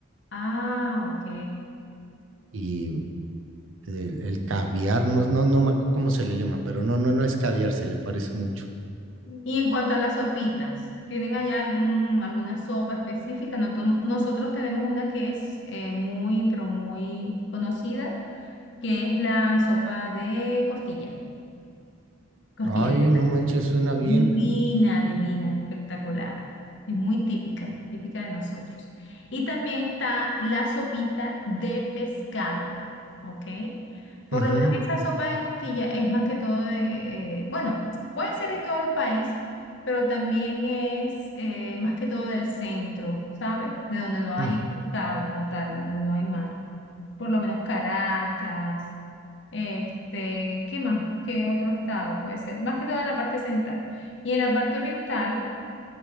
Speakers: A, on the left; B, on the right.
A: ah, ok.
B: Y el, el caviar, no, no, no me acuerdo cómo se le llama, pero no, no, no es caviar, se le parece mucho.
A: Y en cuanto a las sopitas, ¿tienen allá algún, alguna sopa específica? Noto- nosotros tenemos una que es eh, muy, pero muy conocida, que es la sopa de costilla, costilla
B: Ay,
A: verde.
B: no manches, suena bien.
A: Divina, divina, espectacular. Es muy típica, típica de nosotros. Y también está la sopita de pescado, ¿ok? Por
B: Ujú.
A: lo menos esa sopa de costilla es más que todo de, eh, bueno, puede ser en todo el país, pero también es eh, más que todo del centro, ¿sabes? De donde no hay
B: Ujú.
A: pescado como tal, de donde no hay mar por lo menos Caracas, este, ¿qué más? ¿Qué otro estado puede ser? Más que todo en la parte central. Y en la parte oriental